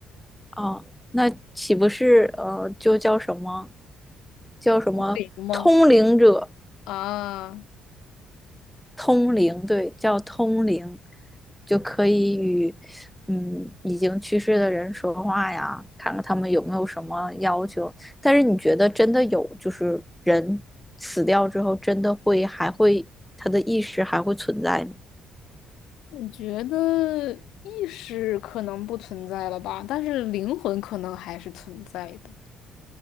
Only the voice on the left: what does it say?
通灵吗？啊，
我觉得意识可能不存在了吧，但是灵魂可能还是存在的，